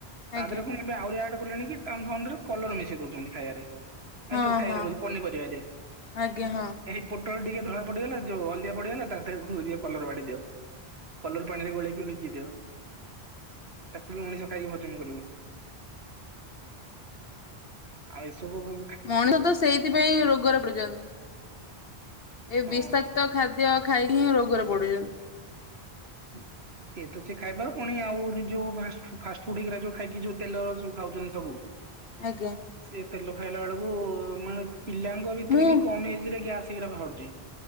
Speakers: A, on the right; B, on the left.
A: ତା
B: ଆଜ୍ଞା
A: ଦେହରେ ଫୁଣି ଏବେ ଆହୁରି ଆଡ କଲେଣି କି ଟାଉନ୍ ଫାଉନ ରେ କଲର ମିଶେଇ ଦଉଛନ୍ତି ଖାଇଆ ରେ। ଆ
B: ହଁ
A: ଯଉ ଖାଇଆରେ
B: ହଁ
A: କହୁଛି
B: ହଁ।
A: ପନିପରିଆ ରେ।
B: ଆଜ୍ଞା ହଁ।
A: ଏଇ ପୋଟଳ ଟିକେ ଧଳା ପଡିଗଲା ଯୋଉ ହଲଦଆ ପଡିଗଲା ତା ଦେହେ ଦିଅ କଲର ବାଡେଇ ଦିଅ। କଲର ପାଣିରେ ଗୋଳେଇକି ବିକି ଦିଅ। ତାକୁ ବି ମଣିଷ ଖାଇକି ହଜମ କରିବୁ। ଆଉ ଏସବୁ ହଉ
B: ମଣିଷ ତ ସେଇଥିପାଇଁ ରୋଗରେ ପଡିଚନ୍ତି। ଏଇ ବିଷାକ୍ତ
A: ହଁ
B: ଖାଦ୍ୟ ଖାଇ ହିଁ ରୋଗରେ ପଡୁଛନ୍ତି।
A: ଉଁ ସେତ ସେ ଖାଇବା ପୁଣି ଆଉ ଯୋଉ ଫା ଫାଷ୍ଟ ଫୁଡ ହେଇ ଯୋଉ ଖାଇକି ଯୋଉ ତେଲର ସବୁ ଖାଉଛନ୍ତି ସବୁ।
B: ଆଜ୍ଞା।
A: ସେ ତେଲ ଖାଇଲା ଏଳକୁ ମାନେ ପିଲାଙ୍କ ଭିତରେ
B: ମୁଁ
A: ବି କମ ଏଜ ରେ ଗ୍ୟାସ ହେଇକିରା ବାହାରୁଛି।